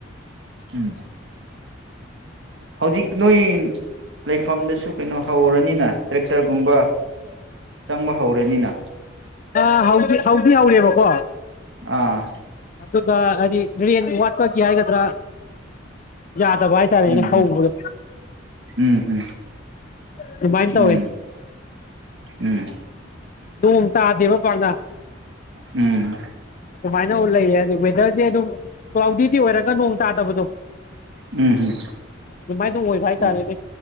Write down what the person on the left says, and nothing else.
ꯑ ꯍꯧꯗꯤ ꯍꯧꯗꯤ ꯍꯧꯔꯦꯕꯀꯣ
ꯑꯗꯨꯗꯗꯤ ꯋꯥꯠꯄꯥꯒꯤ ꯍꯥꯏꯒꯗ꯭ꯔꯥ ꯌꯥꯗꯕ ꯍꯥꯏꯇꯥꯔꯦꯅꯦ
ꯍꯧꯕꯗꯣ
ꯑꯗꯨꯃꯥꯏꯅ ꯇꯧꯋꯦ
ꯣꯡꯝ ꯇꯥꯗꯕ ꯄꯥꯅ
ꯑꯗꯨ ꯃꯥꯏꯅ ꯎ ꯂꯩꯦ ꯁꯤꯗꯤ ꯑꯗꯨꯝ ꯀ꯭ꯂꯥꯎꯗꯤꯗꯤ ꯑꯣꯏꯔꯒ ꯅꯣꯡ ꯇꯥꯗꯕꯗꯣ
ꯑꯗꯨꯃꯥꯏꯅ ꯑꯣꯏꯕ ꯍꯥꯏꯇꯥꯔꯦꯅꯦ